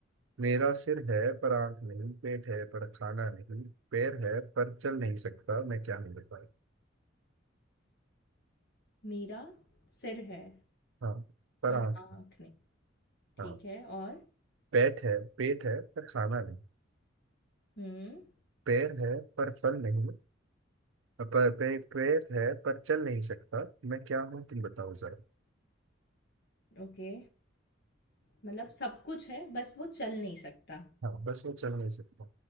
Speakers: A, on the right (about 85°); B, on the left (about 55°).
A: मेरा सिर है पर आंख नहीं पेट है पर खाना नहीं पैर है पर चल नहीं सकता मैं क्या नहीं बता
B: मेरा सिर है,
A: हाँ पर
B: पर
A: आंख
B: आँख
A: नहीं
B: नहीं। ठीक
A: हाँ
B: है और?
A: पेट है पेट है पर खाना नहीं
B: हुँ,
A: पैर है पर फल नहीं पर पे, पैर है पर चल नहीं सकता मैं क्या हूँ तुम बताओ जरा
B: ओके। मतलब सब कुछ है, बस वो चल नहीं सकता।
A: हाँ बस वो चल नहीं सकता